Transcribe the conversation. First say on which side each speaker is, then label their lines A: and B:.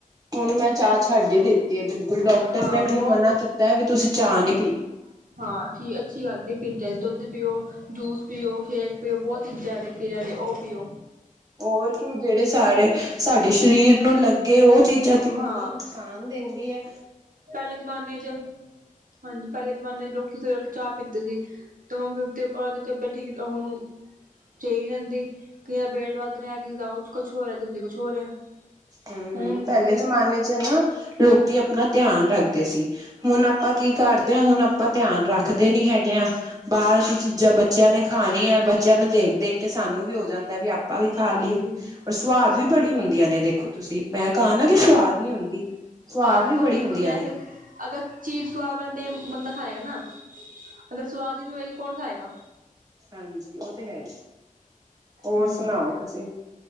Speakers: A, on the right; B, on the right.
A: ਹੁਣ 'ਮੈਂ ਚਾਹ ਛਡ ਹੀ ਦਿਤੀ ਹੈ, ਬਿਲਕੁਲ ਡਾਕਟਰ
B: ਹਾਂ
A: ਨੇ ਮੈਨੂੰ
B: ਬਹੁਤ
A: ਮਨਾ ਕੀਤਾ ਵੀ, ਤੁਸੀ ਚਾਹ ਨੀ ਪੀਣੀ
B: ਹਾਂ ਜੀ ਅੱਛੀ ਗਲ। ਫਿਰ ਚਾਹੇ ਦੁੱਧ ਪੀਓ, ਜੂਸ ਪੀਓ, ਸ਼ੇਕ ਪੀਓ ਬਹੁਤ ਚੀਜ਼ਾ ਨੇ ਪੀਣ ਵਾਲੇ ਉਹ ਪੀਓ।
A: ਹੋਰ ਕੀ ਜਿਹੜੇ ਸਾਰੇੇ। ਸਾਡੇ ਸ਼ਰੀਰ ਨੂੰ ਲਗੇ ਉਹ ਚੀਜ਼ਾ ਪੀਓ,
B: ਹਾਂ
A: ਜਿਹੜੀ ਨੁਕਸਾਨ ਦੇਂਦੀ ਐ।
B: ਪਹਿਲੇ ਜਮਾਨੇ'ਚ ਹਾਂਜੀ, ਪਹਿਲੇ ਜਮਾਨੇ'ਚ ਲੋਕੀ ਸਵੇਰੇ ਉੱਠਕੇ ਚਾਹ ਪੀਂਦੇ ਸੀ। <unintelligible> ਚੲਈ ਰਹਿੰਦੀ ਕਿਸੇ ਦਾ ਪੇਟ ਵੱਧ ਰਿਹਾ, ਕਿਸ ਦਾ ਉਹ'ਚ ਕੁਛ ਹੋ ਰਿਆ, ਕਦੀ ਕੁਛ ਹੋ ਰਿਹਾ, ਕਦੀ ਕੁਛ ਹੋ ਰਿਹਾ।
A: ਹੂੰ,
B: ਹੁਣ
A: ਹੂੰ ਪਹਿਲੇ ਜਮਾਨੇ'ਚ ਨਾ ਲੋਕੀ ਅਪਨਾ ਧਿਆਨ ਰੱਖਦੇ ਸੀ, ਹੁਣ ਆਪਾਂ
B: ਹੂੰਣ,
A: ਕੀ
B: ਅੱਗੇਓ
A: ਕਰਦੇ
B: ਧਿਆਨ
A: ਹਾਂ
B: ਬਾਹਰਲੀ
A: ਹੁਣ ਆਪਾਂ ਧਿਆਨ ਰੱਖਦੇ ਨੀ ਹੈਗੇ ਆ। ਬਾਹਰ ਦੀ
B: ਚੀਜ਼ਾਂ
A: ਬੱਚਿਆਂ
B: ਬੱਚਿਆ
A: ਖਾਣੀ
B: ਨੇ
A: ਹੈ
B: ਹਾਂਜੀ।
A: ਬੱਚਿਆਂ ਨੂੰ ਦੇਖ-ਦੇਖ ਕੇ ਸਾਨੂੰ ਵੀ ਹੋ ਜਾਂਦਾ ਵੀ ਆਪਾਂ ਵੀ ਖਾ ਲਈਏ।
B: ਹਾਂਜੀ,
A: ਔਰ
B: ਸਵਾਦ
A: ਵੀ ਬੜੀ ਹੁੰਦੀਆਂ ਨੇ ਦੇਖੋ ਤੁਸੀਂ ਮੈਂ ਕਹਾ ਨਾ ਕਿ ਸਵਾਦ ਨੀ ਹੁੰਦੀ। ਸਵਾਦ
B: ਵੀ ਬਹੁਤ
A: ਬੜੀ
B: ਹੋਂਦੀ
A: ਹੁੰਦੀਆਂ
B: ਹੈ,
A: ਨੇ।
B: ਅਗਰ ਚੀਜ਼ ਸਵਾਦ ਬੰਦੇ, ਬੰਦਾ ਖਾਏਗਾ ਨਾ, ਅਗਰ ਸਵਾਦ ਹੀ ਨਹੀ ਹੋਏਗੀ ਕੋਣ ਖਾਏਗਾ।
A: ਹਾਂਜੀ, ਉਹ ਤੇ, ਹੈ। ਹੋਰ
B: ਹੂੰ,
A: ਸੁਣਾਓ ਤੁਸੀਂ